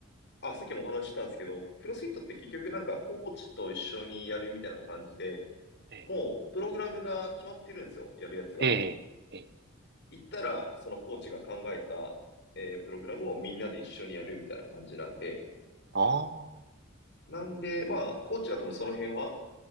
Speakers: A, on the left; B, on the right.
A: あ、さっきもお話ししたんですけど、クロスフィットって結局なんかコーチと一緒にやるみたいな感じで、
B: ええ。
A: もうプログラムが決まってるんですよ、やるやつが。
B: ええ。ええ。
A: 行ったら、そのコーチが考えた、えープログラムをみんなで一緒にやるみたいな感じなんで、
B: ああ。
A: なんで、まあ、コーチは多分その辺は、